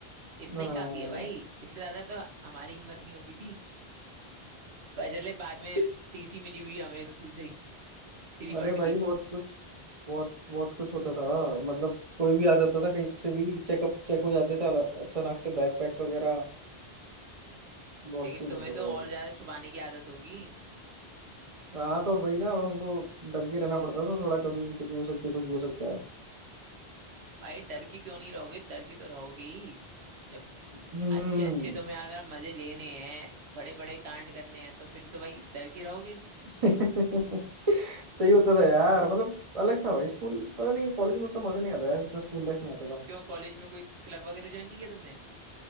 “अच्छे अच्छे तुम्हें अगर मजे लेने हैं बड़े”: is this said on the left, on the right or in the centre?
Right